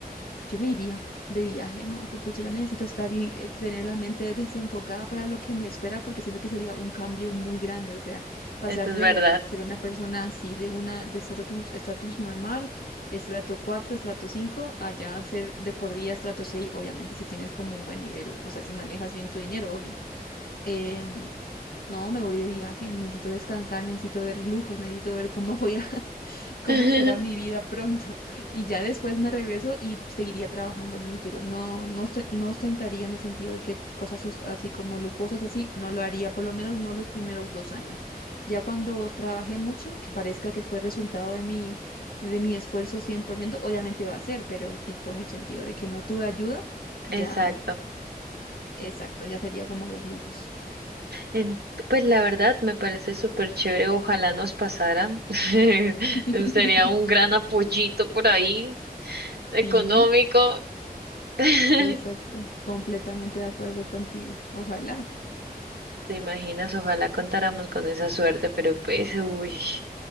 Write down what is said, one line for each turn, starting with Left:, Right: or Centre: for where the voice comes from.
Left: Yo me iría de viaje, no, pucha, yo necesito estar, eh, tener la mente desenfocada para lo que me espera, porque siento que sería un cambio muy grande, o sea, pasar
Right: Eso es
Left: de
Right: verdad.
Left: ser una persona así, de una, de estatus, estatus normal, estrato 4, estrato 5, allá ser de por día estrato 6, obviamente si tienes como un buen nivel, o sea, si manejas bien tu dinero, obvio em, no, me voy de viaje, necesito descansar, necesito ver lujos, necesito ver cómo voy a, <laughs> cómo
Right: <laughs>
Left: será mi vida pronto. Y ya después me regreso y seguiría trabajando muy duro. No, no, oste- no ostentaría en el sentido de que cosas os- así como lujosas, así, no lo haría, por lo menos no los primeros dos años. Ya cuando trabajé mucho, que parezca que fue resultado de mi, de mi esfuerzo 100% obviamente va a ser, pero tipo en el sentido de que no tuve ayuda, ya,
Right: Exacto.
Left: exacto, ya sería como los lujos.
Right: En- pues la verdad me parece súper chévere, ojalá nos pasara. <laughs>
Left: <laughs>
Right: Sería un gran apoyito por ahí. económico.
Left: Sí,
Right: <laughs>
Left: exacto, completamente de acuerdo contigo. Ojalá.
Right: ¿Te imaginas? Ojalá contáramos con esa suerte, pero pues, uy,